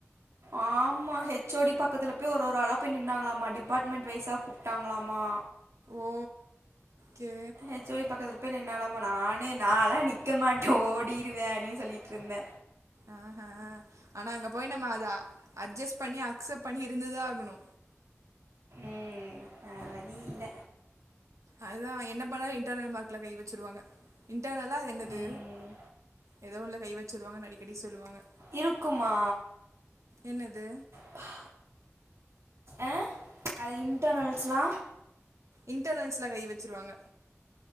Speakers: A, on the right (about 65°); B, on the right (about 80°).
A: ஆமா ஹெச் ஓ டி பக்கத்துல போய் ஒரு ஒரு ஆளா போய் நின்னாங்குளாம்மா டிபாட்மெண்ட் வைஸா கூப் ட்டாங்ளாமா
B: okay
A: H O D பக்கத்தில போய் நின்னாலாமா நானே நா எல்லா நிக்க மாட்ட ஓடிருவேன் அப்டினு சொல்லிட்டு இருந்த
B: ஆஹ ஆஹ அங்க போய் நம்ம அத அட்ஜெஸ்ட் பண்ணி அக்செப்ட் பண்ணி இருந்துதா ஆகணு
A: ம் வேற வழி இல்ல
B: அதுதா என்ன பண்ணாலு இன்டர்னல் மார்க்ல கை வெச்சுருவாங்க இன்டர்னலா அது என்னது
A: ம்
B: எதோ ஒன்னுல கை வெச்சுருவாங்கன்னு அடிக்கடி சொல்லுவாங்க
A: இருக்குமா
B: என்னது
A: ப்பா எ அது இன்டர்னல்ஸ்ல்லா
B: இன்டர்னல்ஸ்ல கை வெச்சிருவாங்க